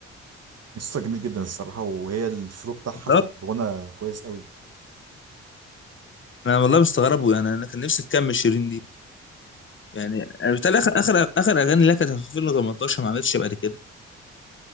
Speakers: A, on the right; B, on the left.
A: قصة جميل جدا الصراحة وهي الفلو بتاعها
B: بالظبط.
A: في الغنى كويس قوي
B: انا والله مستغربه يعني انا كان نفسي تكمل شيرين دي يعني يعني بالتالي اخر اخر اخر اغاني لها كانت في 2018 ما عملتش بعد كده